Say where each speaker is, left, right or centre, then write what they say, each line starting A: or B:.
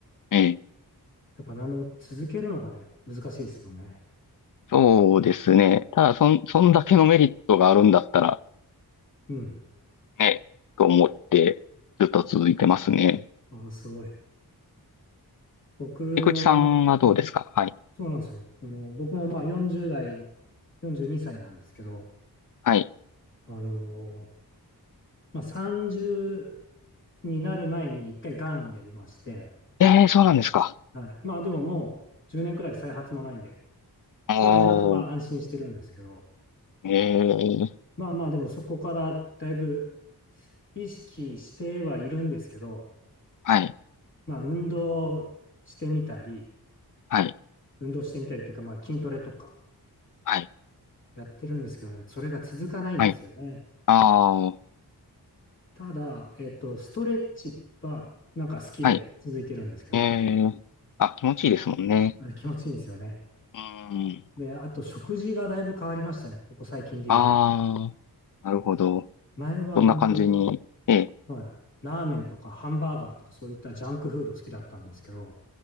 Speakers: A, on the left; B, on the left.
A: ええ。
B: やっぱ何でも続けるのがね、難しいですもんね。
A: そうですね。ただ、そん、そんだけのメリットがあるんだったら、
B: うん。
A: ね、と思って、ずっと続いてますね。
B: おー、すごい。僕もまあ、
A: 菊池さんはどうですかはい。
B: そうなんですよ。その、僕もまあ40代、42歳なんですけど、
A: はい。
B: あのーまあ、30になる前に一回がんやりまして、
A: ええ、そうなんですか。
B: はい。まあでももう10年くらい再発もないんで、
A: おー、
B: まあ今のとか安心してるんですけど、
A: ええ、
B: まあまあでもそこからだいぶ意識してはいるんですけど、
A: はい、
B: まあ運動してみたり、
A: はい、
B: 運動してみたりっていうかまあ筋トレとか
A: はい、
B: やってるんですけどね、それが続かないんですよね。
A: はい。ああ、
B: ただ、えっと、ストレッチはなんか好きで続いてるんですけど、
A: はい。ええ、あ、気持ちいいですもんね。
B: あれ気持ちいいんですよね。
A: うん。
B: で、あと食事がだいぶ変わりましたね、ここ最近で言うと。
A: ああ、なるほど。
B: 前は本当、
A: そんな感じに。ええ、
B: はいラーメンとかハンバーガーとかそういったジャンクフード好きだったんですけど、